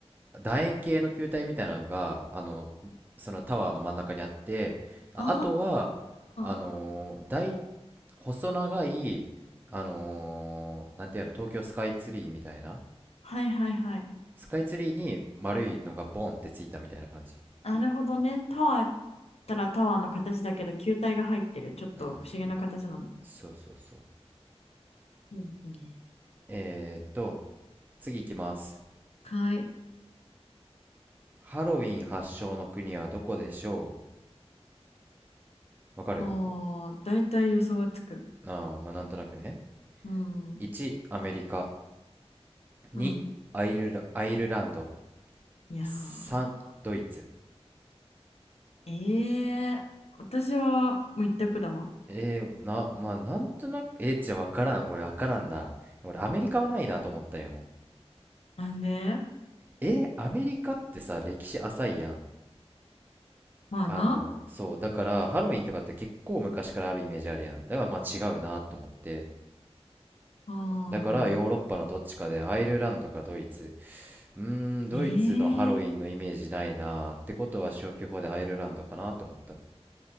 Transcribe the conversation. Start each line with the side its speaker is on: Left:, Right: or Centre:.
Right: 楕円形の球体みたいなのが、あの、そのタワーの真ん中にあって、あ、
Left: あ
Right: あとは、あのー大、
Left: あ、
Right: 細長い、あのーなんていうの、東京スカイツリーみたいな。
Left: はいはいはい。
Right: スカイツリーに丸いのがボンってついたみたいな感じ。
Left: なるほどね。タワーったらタワーの形だけど、球体が入ってる。ちょっと不思議な形なんだ。
Right: うん。そうそうそう。
Left: うん、いいね。
Right: えーっと、次行きます。
Left: はい。
Right: ハロウィン発祥の国はどこでしょうわかる
Left: おー、だいたい予想はつく。
Right: ああ、まあ、なんとなくね。
Left: うん。
Right: 1、アメリカ。2、
Left: うん。
Right: アイルラ、アイルランド。
Left: いやー。
Right: 3、ドイツ。
Left: ええ私はもう一択だわ。
Right: えー、な、まあ、なんとなく、えー、じゃあわからん。俺わからんな。俺アメリカはないなと思ったよ。
Left: なんで
Right: えー、アメリカってさ、歴史浅いやん。
Left: まあな。
Right: あの、そう、だからハロウィンとかって結構昔からあるイメージあるやん。だからまあ違うなと思って。
Left: ああ。
Right: だからヨーロッパのどっちかでアイルランドかドイツ。うーん、ドイツのハロウィンのイメージないなーってことは消去法でアイルランドかなって思った。
Left: ええ